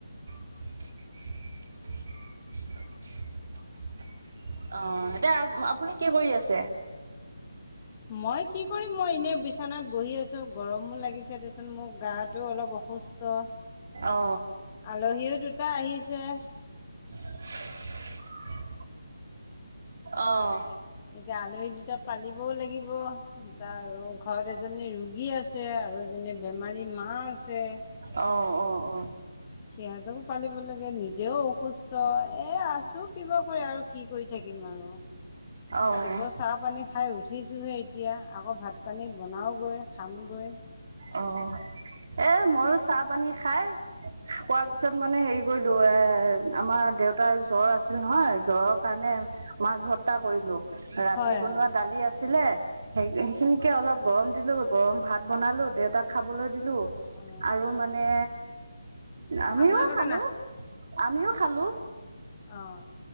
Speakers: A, on the right; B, on the left.
A: <unintelligible> অ এতিয়া আপুনি কি কৰি আছে।
B: মই কি কৰিম মই এনে বিছনাত বহি আছো গৰমো লাগিছে দেচোন মোক গা। টো অলপ অসুস্থ
A: অ
B: আলহীও দুটা আহিছে।
A: <unintelligible> অহ।
B: এতিয়া আলহী দুটা পালিবও লাগিব এ আৰু ঘৰত এজনী ৰোগী আছে আৰু। আৰু যেনে বেমাৰী মা আছে।
A: অ অ অ।
B: সিহঁতকো পালিব লাগে নিজেও অসুস্থ এ আছো কিবা কৰি আৰু কি কৰি। থাকিমনো আৰু
A: অ
B: ৰাতিপুৱা চাহ পানী খাই। উঠিছোহে এতিয়া আকৌ ভাত পানী বনাওগৈ খামগৈ।
A: অ। এ মইয়ো চাহ পানী খাই খোৱাৰ পিছত মানে হেৰি কৰিলো এ আমাৰ দে তাৰ জ্বৰ আছিল নহয় জ্বৰৰ কাৰণে মাছ ভত্তা কৰিলো ৰাতি
B: হয়
A: বনোৱা
B: হয়
A: দালি আছে আছিলে সেই সেইখিনিকে অলপ গৰম দিলো গৰম ভাত বনালো দেতাক খাবলৈ দিলো
B: অ
A: আৰু মানে আমিও
B: আপোনালোকে
A: খালো আমিও খালো
B: অহ